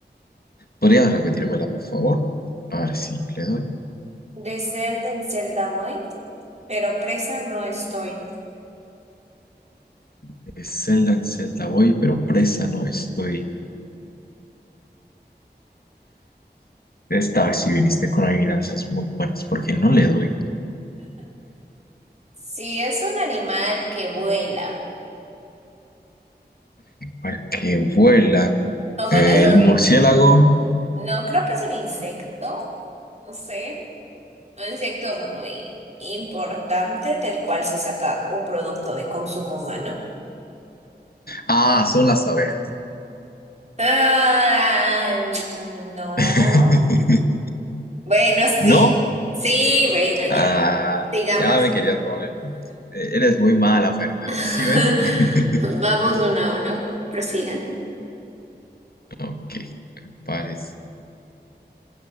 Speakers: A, on the left; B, on the right.
A: ¿Podrías repetírmela, por favor? A ver si le doy.
B: de celda en celda voy, pero presa no estoy.
A: De celda en celda voy, pero presa no estoy. Esta vez si viniste con adivinanzas muy buenas, porque no le doy.
B: Sí, es un animal que vuela.
A: Al que vuela,
B: O bueno,
A: eh,
B: eso,
A: el murciélago.
B: no creo que es un insecto, no sé, un insecto muy importante del cual se saca un producto de consumo humano.
A: Ah, son las abejas.
B: Ah, no.
A: <laughs>
B: Bueno, sí.
A: ¿No?
B: Sí, bueno, ya.
A: Ah,
B: Sigamos.
A: ya me querías robar el punto. Eh, Eres muy mala, perdedora,
B: <laughs>
A: ¿sí ves? <laughs>
B: Vamos uno a uno. prosigan.
A: Ok, pares.